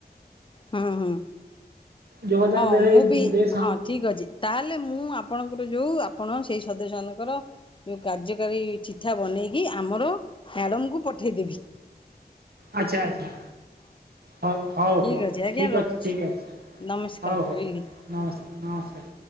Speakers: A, on the left (about 30°); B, on the right (about 70°).
A: ହୁଁ ହୁଁ।
B: ଯୋଗଦାନ
A: ହଁ
B: ଦେବେ
A: ମୁଁ ବି
B: ଦେଇ
A: ହଁ ଠିକ ଅଛି ତାହେଲେ ମୁଁ ଆପଣ ଆମର ଯୋଉ ଆପଣ ସେଇ ସଦସ୍ୟ ମାନଙ୍କର ଯୋଉ କାର୍ଯ୍ୟକାରୀ ଚିଠା ବନେଇକି ଆମର ମ୍ୟାଡ଼ମକୁ ପଠେଇ ଦେବି।
B: ଆଚ୍ଛା ଆଚ୍ଛା। ହଉ ହଉ
A: ଠିକ୍
B: ହଉ
A: ଅଛି ଆଜ୍ଞା
B: ଠିକ
A: ରଖୁଛି
B: ଅଛି ଠିକ ଅଛି
A: ନମସ୍କାର
B: ହଉ
A: ରହିଲି।
B: ହଉ ନମସ୍କାର ନମସ୍କାର।